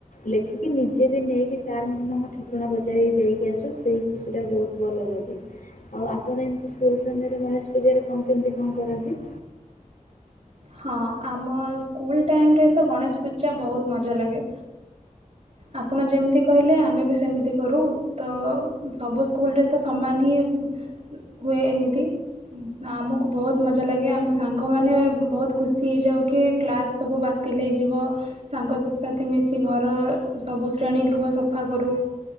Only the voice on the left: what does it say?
ଲେଖିକି ନିଜେ ବି ନେଇକି ସାର୍ ମନ ଠିକଣା ପଚାରି ଦେଇକି ଆସୁ ସେହି ମତେ ସେଇଟା ବହୁତ ଭଲ ଲାଗେ। ଆଉ ଆପଣ ଏମତି ସ୍କୁଲ ସମୟରେ ଗଣେଶ ପୂଜାରେ କଣ କେମତି କଣ କରନ୍ତି?